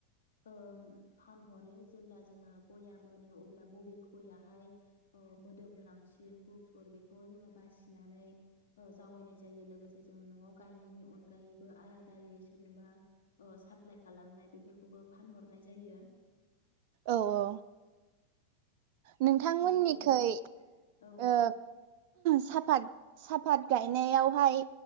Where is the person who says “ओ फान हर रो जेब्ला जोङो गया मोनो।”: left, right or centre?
Left